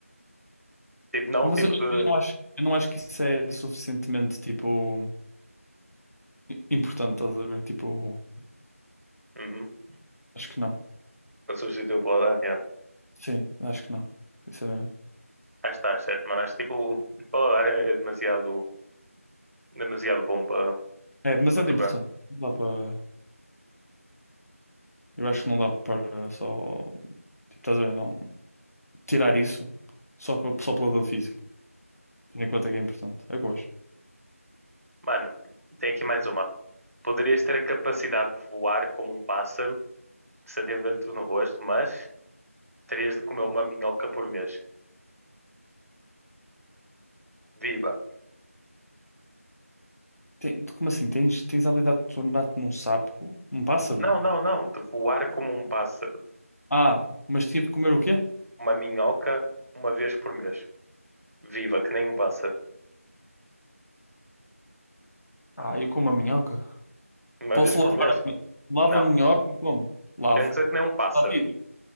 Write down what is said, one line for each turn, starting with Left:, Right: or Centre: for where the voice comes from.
Right: Tipo, não
Left: Mas
Right: tipo
Left: eu, eu
Right: de.
Left: não acho, eu não acho que isso é suficientemente, tipo, importante, estás a ver? Tipo,
Right: Uhum.
Left: acho que não.
Right: Para substituir o paladar, yeah.
Left: Sim, acho que não, sinceramente.
Right: Acho que está certo, mano. Acho que tipo, o paladar é demasiado, demasiado bom para,
Left: É demasiado
Right: para trocar.
Left: importante. Não dá para. Eu acho que não dá para só. Tipo, estás a ver, não. Tirar isso só, para, só pelo lado físico Tendo em conta que é importante. É o que eu acho.
Right: Mano, tem aqui mais uma. Poderias ter a capacidade de voar como um pássaro, sentindo vento no rosto, mas terias de comer uma minhoca por mês. Viva!
Left: Tem- como assim? Tens, tens a habilidade de tornar-te num sapo? Um pássaro?
Right: Não, não, não. De voar como um pássaro.
Left: Ah, mas tinha de comer o quê?
Right: Uma minhoca uma vez por mês. Viva, que nem um pássaro.
Left: Ah, eu como a minhoca.
Right: Uma
Left: Posso
Right: vez por
Left: lavar
Right: mês?
Left: a minhoca? Lavo
Right: Não.
Left: a minhoca e como? Lavo.
Right: Pensa que nem um pássaro.
Left: Está viva.